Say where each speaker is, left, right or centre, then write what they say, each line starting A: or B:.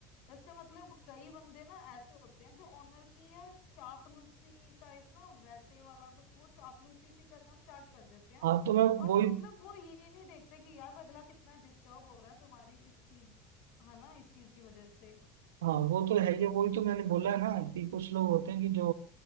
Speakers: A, on the left; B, on the right.
A: जैसे मतलब कई बंदे ना ऐसे होते हैं जो ऑनर की यार चापलूसी टाइप ना वैसे वाला कुछ वो चापलूसी सी करना स्टार्ट कर देते हैं
B: हाँ तो मैं
A: और
B: वही
A: वो मतलब वो ये नहीं देखते कि यार अगला कितना डिस्टर्ब हो रहा है तुम्हारी इस चीज है ना इस चीज की वजह से
B: हाँ वो तो है ही है वही तो मैंने बोला है ना कि कुछ लोग होते हैं कि जो